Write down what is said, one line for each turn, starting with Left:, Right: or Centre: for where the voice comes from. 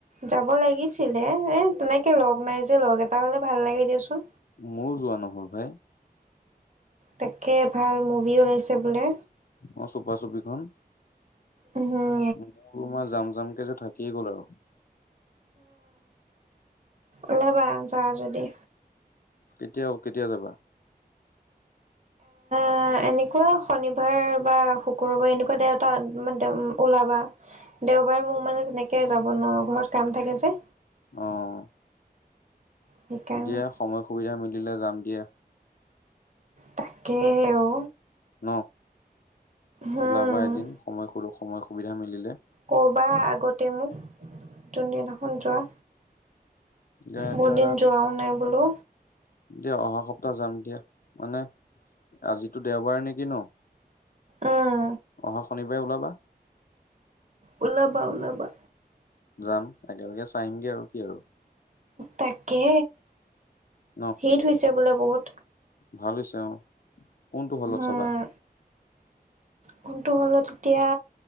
Right: যাব লাগিছিলে এই তেনেকৈ লগ নাই যে লগ এটা হ'লে ভাল লাগে দিয়াচোন।
Left: ময়ো যোৱা নহ'ল ভাই।
Right: তাকে ভাল মুভি ওলাইছে বোলে।
Left: অ' চুপা চুপি খন।
Right: উম।
Left: মোৰ মই যাম যামকে যে থাকিয়ে গ'ল আৰু।
Right: ওলবা যোৱা যদি।
Left: কেতিয়াও কেতিয়া যাবা।
Right: অ' এনেকুৱা শনিবাৰ বা শুকুৰবাৰ এনেকুৱা <unintelligible> মানে ওলাবা। দেওবাৰে মোৰ মানে তেনেকৈ যাব নোৱাৰোঁ ঘৰত কাম থাকে যে।
Left: অ'
Right: সেইকাৰণে
Left: দিয়া সময় সুবিধা মিলিলে যাম দিয়া।
Right: তাকেহে অ
Left: ন।
Right: হম
Left: ওলাবা এদিন সময় সৰু সময় সুবিধা মিলিলে।
Right: ক'ৰবাৰ আগতে মোক, যোন দিনাখন যোৱা।
Left: দাদা।
Right: বহুত দিন যোৱাও নাই বোলো
Left: দিয়া অহা সপ্তাহ যাম দিয়া মানে, আজিতো দেওবাৰে নেকি ন।
Right: উম
Left: অ' শনিবাৰে ওলাবা।
Right: ওলাবা ওলাবা।
Left: যাম একেলগে চাই আহিমগে আৰু কি আৰু।
Right: তাকে,
Left: ন
Right: হিট হৈছে বোলে বহুত।
Left: ভাল হৈছে অ' কোনটো হলত
Right: উম
Left: চাবা।
Right: কোনটো হলত এতিয়া,